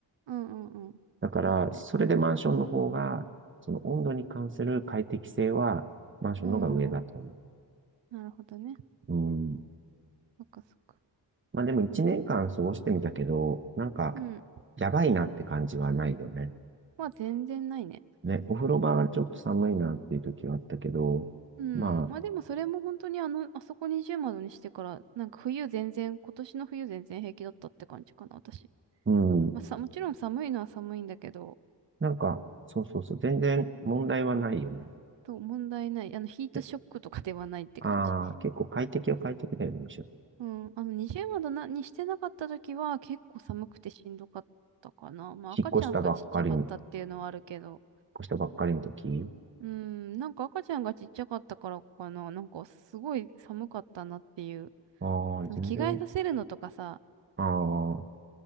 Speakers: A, on the right; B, on the right.
A: うんうんうん。
B: だから、
A: そうだね。
B: それでマンションの方が、その温度に関する快適性はマンションの方が上だと思
A: うーん。なるほどね。
B: う。うん。
A: そっかそっか。
B: まあでも一年間過ごしてみたけど、なんか、
A: うん。
B: やばいなって感じはないよね。
A: まあ全然ないね。
B: ね、お風呂場がちょっと寒いなっていう時はあったけど、
A: うん。
B: ま
A: まあでもそれも本当にあの、あそこ二重窓にしてから、なんか冬全然、今年の冬全然平気だったって感じかな、私。
B: あ、うん、
A: まあさ、もちろん寒いのは寒いんだけど、
B: なんか、そうそうそう、全然問題はないよね。
A: と問題ない。あの、ヒートショックとかではないって感じ。
B: でああ、結構快適は快適だよね、むしろ。
A: うん、あの、二重窓な、にしてなかった時は結構寒くてしんどかったかな。まあ赤ちゃんがちっちゃかったっていうのはあるけど。
B: 引っ越したばっかりに、引っ越したばっかりの時。
A: うん、なんか赤ちゃんがちっちゃかったからかな。なんかすごい寒かったなっていう。
B: ああ、
A: その着替えさせるのとかさ、
B: 全然、ああ、